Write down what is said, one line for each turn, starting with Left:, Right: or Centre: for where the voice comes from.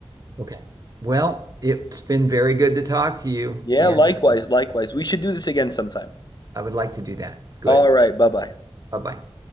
Right: Okay. Well, it's been very good to talk to you,
Left: Yeah,
Right: and
Left: likewise,
Right: uh,
Left: likewise. We should do this again sometime.
Right: I would like to do that. Good.
Left: All right, bye bye.
Right: Bye bye.